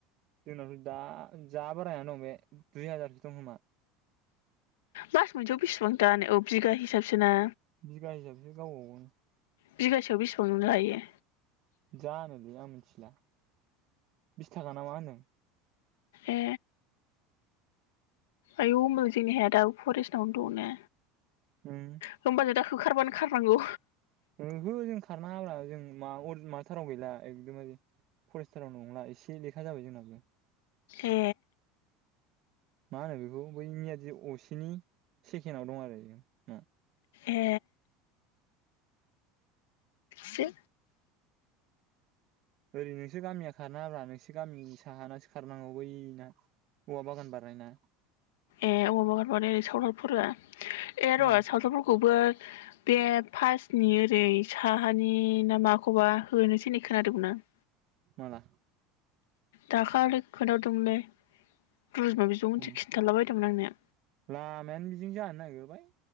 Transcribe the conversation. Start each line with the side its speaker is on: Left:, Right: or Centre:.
Right: जोंनावथ' दा जा बारायना दं बे दुइ हाजारसो दं खोमा।
Left: मास मोनसेयाव बेसेबां दानो औ बिगा हिसाबसो ना?
Right: बिगा हिसाबसो <unintelligible>
Left: बिगासेयाव बेसेबांनि लायो?
Right: जानोलै आं मिथिला बिस थाखा ना मा होनदों।
Left: ए आयौ होमबालाय जोंनि हाया दाबो फरेस्टावनो दंना?
Right: ओम
Left: होमबा जों दा होखारबानो खारनांगौ।
Right: ओहो जों खारनाङाब्रा जों मा अरज माथाराव गैला एकदमबारे फरेस्टाराव नंला एसे लेखा जाबाय जोंनाबो।
Left: ए
Right: मा होनो बेखौ बै नियादि असेनि सेकेडआव दं आरो जों ओ।
Left: ए सो
Right: ओरै नोंसोर गामिया खारनाङाब्रा नोंसोर गामि साहानासो खारनांगौ बैना। औवा बागान बारनायना।
Left: एह औवा बागान माने ओरै सावथालफोरा एह
Right: उम
Left: र' सावथालफोरखौबो बे फास्नि ओरै साहानि ना माखौबा होनोसै होननाय खोनादोंमोन आं।
Right: माला?
Left: दाखालै खोन्थाहरदोंमोनलै रुजुमा बिब' मोनसो
Right: उम
Left: खिन्थालाबायदोंमोन आंनो।
Right: लामायानो बिजोंनो जानो नागिरबाय